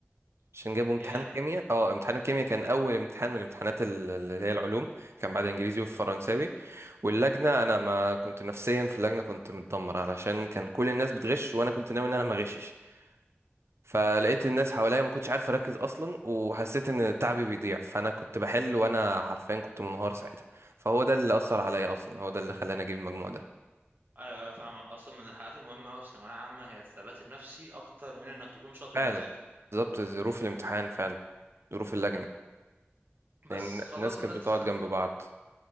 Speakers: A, on the right; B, on the right.
A: عشان جابوا امتحان
B: يا
A: كيمياء اه امتحان الكيمياء كان اول امتحان من الامتحانات ال- اللي هي العلوم كان بعد انجليزي والفرنساوي واللجنه انا ما كنت نفسيا في اللجنه كنت متدمر علشان كان كل الناس بتغش وانا كنت ناوي ان انا ما اغشش فلقيت الناس حواليا ما كنتش عارف اركز اصلا وحسيت ان تعبي بيضيع فانا كنت بحل وانا حرفيا كنت منهار ساعتها فهو ده اللي اثر عليا اصلا هو ده اللي خلاني اجيب المجموع ده
B: ايوه ايوه فاهمك اصلا من الحاجات المهمه قوي في ثانويه عامه هي الثبات النفسي اكتر من انك تكون شاطر
A: فعلا
B: ومذاكر
A: بالظبط ظروف الامتحان فعلا ظروف اللجنه يعني
B: بس خلصنا
A: الناس كانت
B: ثالثه
A: بتقعد
B: ثانوي
A: جنب بعض